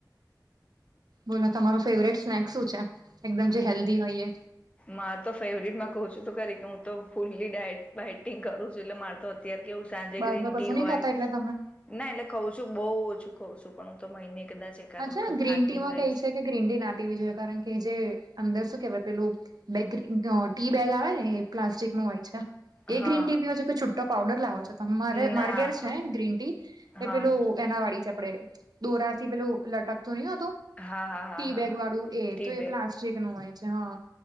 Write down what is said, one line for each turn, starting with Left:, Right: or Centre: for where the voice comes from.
Right: બોલો તમારું ફેવરેટ સ્નેક શું છે એકદમ જે હેલ્ધી હોયએ
Left: મારે તો ફેવરિટમાં કહું છું તો ખરી કે હું તો ફુલ્લી ડાયટ ડાયટિંગ કરું છું એટલે મારે તો અત્યારે કેવું સાંજે
Right: બહાર
Left: ગ્રીન
Right: ન કશું
Left: ટી
Right: નહી
Left: હોય
Right: ખાતા એટલે તમે
Left: ના એટલે ખઉં છું બહુ ઓછું ખઉં છું પણ હું તો મહિને કદાચ એકાદ
Right: અચ્છા
Left: વખત
Right: ગ્રીન
Left: ખાતી
Right: ટી માં
Left: હોઈશ.
Right: કે એ છે કે ગ્રીન ટી ના પીવી જોઈએ કારણ કે જે અંદર શું કેહેવાય પેલું બેગ ટી બેગ આવે ને એ પ્લાસ્ટિક નું હોય છે.
Left: હા
Right: એ ગ્રીન ટી પીવો છો કે છૂટો પાવડર લાવો છો તમે મારે
Left: ના
Right: મારે ઘેર છે ગ્રીન ટી એ
Left: હા
Right: પેલું એના વાળી છે આપડે દોરાથી પેલું લટકતું નહી હતું
Left: હા હા હા
Right: ટીબેગ
Left: હા હા
Right: વાળું એ
Left: ટી
Right: તો એ પ્લાસ્ટિક નું હોય છે હા